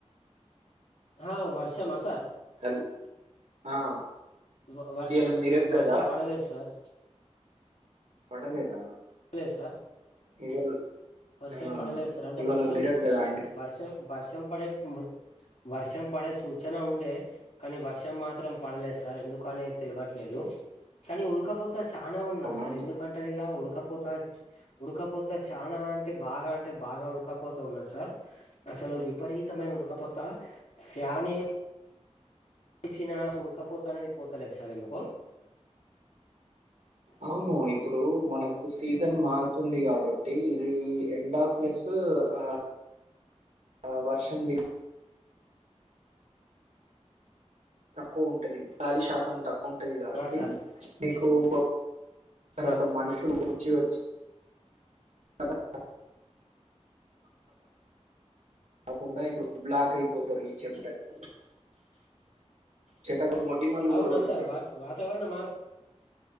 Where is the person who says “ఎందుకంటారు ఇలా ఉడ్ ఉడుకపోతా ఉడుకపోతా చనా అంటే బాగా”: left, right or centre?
Left